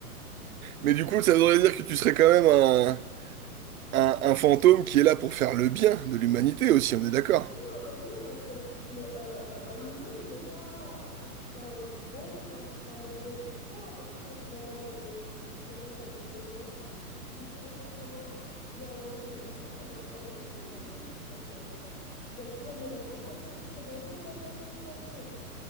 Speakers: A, on the right (about 65°); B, on the left (about 20°).
A: Mais du coup, ça voudrait dire que tu serais quand même un, un, un fantôme qui est là pour faire le bien de l'humanité aussi. On est d'accord?
B: Non, en fait, non, parce que le, euh, un humain n'est pas 100% bon ou 100% mauvais. Pourquoi, à partir du moment où il serait quelque chose d'autre, il serait forcément bien ou mauvais? Euh, non, une personne est égoïste, quoi qu'il en soit. Donc, première étape, ça serait de se venger de la personne qui l'a tué.